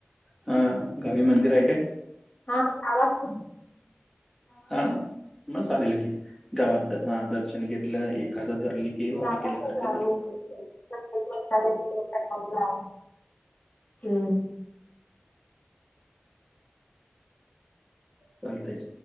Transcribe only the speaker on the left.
हा आवाज
गावाचं
जे
आम्ही केलंय. <unintelligible>